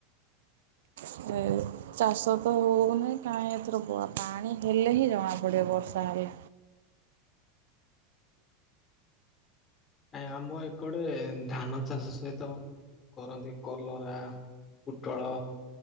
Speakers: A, on the right; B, on the left.
A: ଏ ଚାଷ ତ ହଉନେଇ କାହିଁ ଏଥର ପାଣି ହେଲେ ହିଁ ଜଣା ପଡିବ ବର୍ଷା ହେଲେ
B: ହ ଆ ଆମ ଏ କଡେ ଧାନ ଚାଷ ସହିତ କରନ୍ତି କଲରା ପୋଟଳ